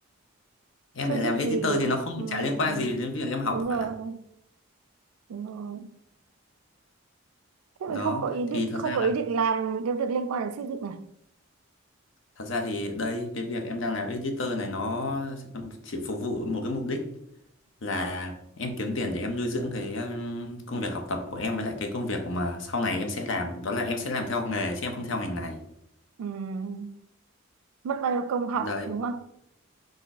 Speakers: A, on the left; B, on the right.
A: em
B: xây
A: lại
B: dựng
A: làm editor
B: thì
A: thì nó không
B: ừm,
A: chả liên quan gì đến việc em học
B: đúng rồi,
A: cả
B: đúng rồi. Thế mình
A: đó
B: không có ý
A: thì
B: định
A: thật
B: không
A: ra
B: có
A: là
B: ý định làm những cái việc liên quan đến xây dựng này.
A: thật ra thì đây cái việc em đang làm editor này nó chỉ phục vụ một cái mục đích là em kiếm tiền để em nuôi dưỡng cái um, công việc học tập của em với lại cái công việc mà sau này em sẽ làm đó là em sẽ làm theo nghề chứ em không theo ngành này
B: Ừm, mất bao nhiêu công học
A: đấy
B: đúng không?